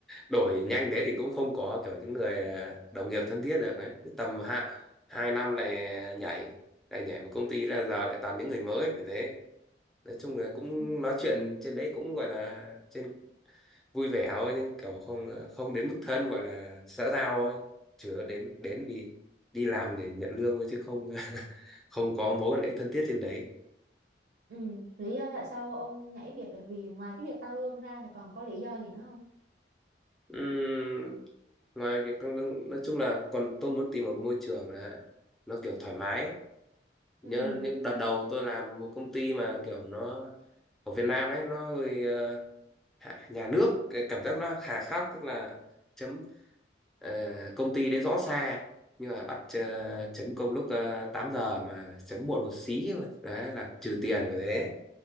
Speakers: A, in the centre; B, on the right.
A: đổi nhanh thế thì cũng không có kiểu những người ờ, đồng nghiệp thân thiết được đấy Cứ tầm hai hai năm lại nhảy lại nhảy một công ty là giờ lại toàn những người mới phải thế nói chung là cũng
B: Ừ.
A: nói chuyện trên đấy cũng gọi là trên vui vẻ thôi nhưng kiểu không không đến mức thân gọi là xã giao thôi chứ đến đến vì đi làm để nhận lương thôi chứ không <laughs> không có mối quan hệ thân thiết trên đấy
B: Ừ. lý do tại sao ông nhảy việc là vì ngoài cái việc tăng lương ra thì còn có lý do gì nữa không
A: Ừm, ngoài việc tăng lương nói chung là còn tôi muốn tìm một môi trường là nó kiểu thoải mái ấy.
B: Ừ.
A: nhớ những đợt đầu tôi làm một công ty mà kiểu nó ở Việt Nam ấy nó hơi ờ, hạ- nhà nước cái cảm giác nó hà khắc tức là chấm Ờ, công ty đấy rõ xa nhưng mà bắt ờ, chấm công lúc ờ, 8 giờ mà chấm muộn một xí thôi đấy là trừ tiền của thế